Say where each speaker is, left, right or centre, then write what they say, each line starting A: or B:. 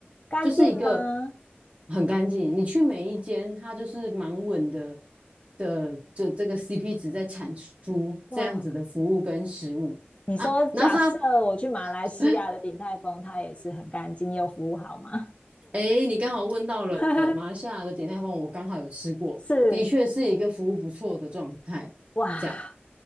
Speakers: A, on the left; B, on the right.
A: 干净吗？
B: 就是一个很干净。你去每一间，它就是蛮稳的的这这个 CP 值在产出这样子的服务跟食物啊。
A: 哇，你说假设我去马来西亚的鼎泰丰，
B: 然后它，<laughs>
A: 它也是很干净又服务好吗？
B: <sucks teeth> 哎，你刚好问到了马来西亚的点泰丰，
A: <laughs>
B: 我刚好有吃过，
A: 是，
B: 的确是一个服务不错的状态。
A: 哇，
B: 这样。